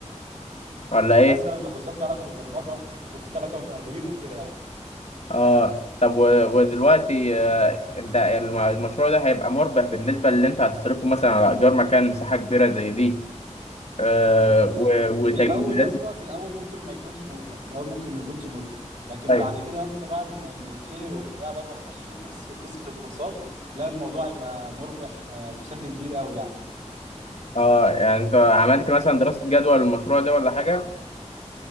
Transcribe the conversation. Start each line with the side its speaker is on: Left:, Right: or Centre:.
Left: ولا ايه
Right: مثلا يبقى كورسات ليها علاقه بالبرمجه وكورسات ليها علاقه بالاردوين وكده يعني
Left: اه طب و- ودلوقتي آه، انت الم- المشروع ده هيبقى مربح بالنسبه اللي انت هتصرفه مثلا على ايجار مكان مساحه كبيره زي دي آه
Right: في
Left: و-
Right: ال-
Left: وتجهيزات
Right: في الاول يا اسطى في الاول ممكن ما يكونش مربح في الاول ممكن ما يكونش مربح لكن
Left: طيب
Right: بعد كده يا اسطى بعد ما ما يتشهر وبتاع بعد ما تخش في كورس قصه الكورسات لا الموضوع يبقى مربح آه، بشكل كبير قوي يعني
Left: اه يعني انت عملت مثلا دراسه جدوى للمشروع ده ولا حاجه